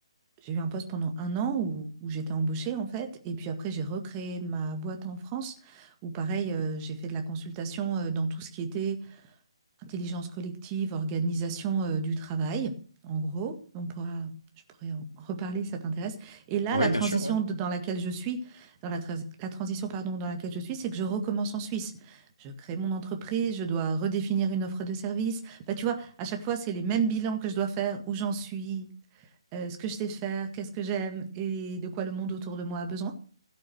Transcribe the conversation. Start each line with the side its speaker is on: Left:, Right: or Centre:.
Right: j'ai eu un poste pendant un an où, où j'étais embauchée en fait, et puis après j'ai recréé ma boîte en France où pareil euh, j'ai fait de la consultation euh, dans tout ce qui était intelligence collective, organisation euh, du travail. En gros, on pourra, je pourrais en reparler si ça t'intéresse. Et là,
Left: Oui,
Right: la
Left: bien
Right: transition
Left: sûr, ouais.
Right: de- dans laquelle je suis, dans la, trans- la transition pardon dans laquelle je suis, c'est que je recommence en Suisse. Je crée mon entreprise, je dois redéfinir une offre de service. Bah, tu vois, à chaque fois c'est les mêmes bilans que je dois faire, où j'en suis, euh, ce que je sais faire, qu'est-ce que j'aime et de quoi le monde autour de moi a besoin.